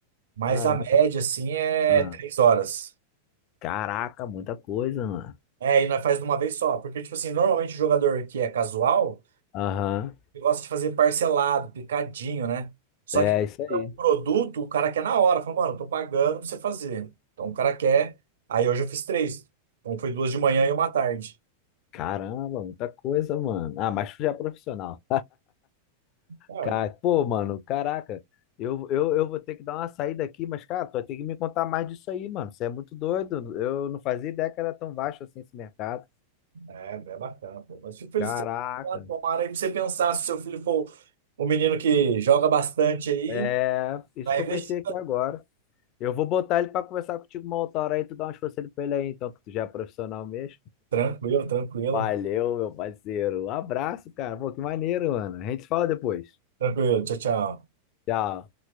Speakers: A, on the right (about 60°); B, on the left (about 35°).
A: Mas
B: Caramba.
A: a média, assim, é
B: Ah,
A: três horas.
B: Caraca, muita coisa, mano.
A: É, e nós faz de uma vez só. Porque, tipo assim, normalmente o jogador que é casual.
B: Aham.
A: Ele gosta de fazer parcelado, picadinho, né? Só
B: É
A: que é
B: isso aí.
A: um produto, o cara quer na hora. Fala, mano, eu tô pagando pra você fazer. Então o cara quer. Aí hoje eu fiz três. Então foi duas de manhã e uma à tarde.
B: Caramba, muita coisa, mano. Ah, mas tu já é profissional.
A: Ah,
B: Cara, pô, mano, caraca. Eu, eu, eu vou ter que dar uma saída aqui, mas, cara, tu vai ter que me contar mais disso aí, mano. Você é muito doido. Eu não fazia ideia que era tão baixo assim esse mercado.
A: é, é bacana, pô. Mas fico feliz
B: Caraca.
A: de ter pensado, tomara aí pra você pensar se seu filho for um menino que joga bastante aí,
B: É, isso
A: vai
B: que
A: investir.
B: eu pensei aqui agora. Eu vou botar ele pra conversar contigo uma outra hora aí, tu dá umas conselhos pra ele aí, então, que tu já é profissional mesmo.
A: Tranquilo, tranquilo.
B: Valeu, meu parceiro. Um abraço, cara. Pô, que maneiro, mano. A gente se fala depois.
A: Tranquilo, tchau, tchau.
B: Tchau.